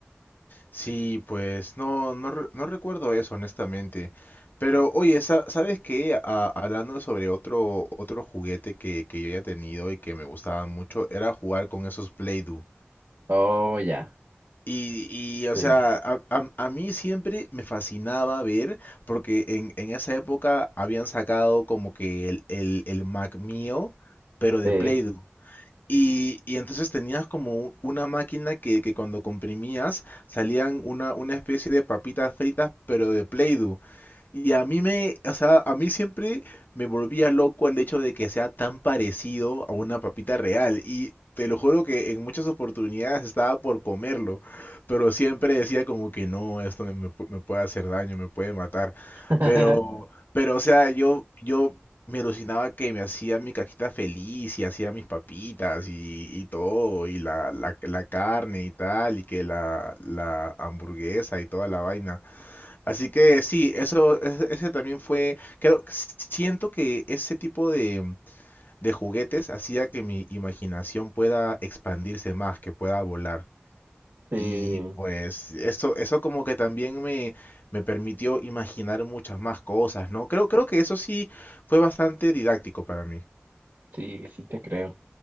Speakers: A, on the left; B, on the right.
A: Sí, pues no, no, re- no recuerdo eso, honestamente. Pero oye, sa- ¿sabes qué? A- hablando sobre otro, otro juguete que, que yo ya he tenido y que me gustaba mucho, era jugar con esos Play-Doh.
B: Oh, ya,
A: Y, y, o
B: sí,
A: sea, a, a- a mí siempre me fascinaba ver, porque en, en esa época habían sacado como que el, el, el Mac mío, pero de
B: sí,
A: Play-Doh. Y, y entonces tenías como una máquina que, que cuando comprimías salían una, una especie de papitas fritas, pero de Play-Doh. Y a mí me, o sea, a mí siempre me volvía loco el hecho de que sea tan parecido a una papita real. Y te lo juro que en muchas oportunidades estaba por comerlo, pero siempre decía como que no, esto me, me pu- me puede hacer daño, me puede matar.
B: <laughs>
A: Pero, pero, o sea, yo, yo me alucinaba que me hacía mi caquita feliz y hacía mis papitas y, y todo, y la, la, la carne y tal, y que la, la hamburguesa y toda la vaina. Así que sí, eso, ese, ese también fue, creo, siento que ese tipo de, de juguetes hacía que mi imaginación pueda expandirse más, que pueda volar.
B: sí,
A: Y pues eso, eso como que también me, me permitió imaginar muchas más cosas, ¿no? Creo, creo que eso sí fue bastante didáctico para mí.
B: sí, sí te creo.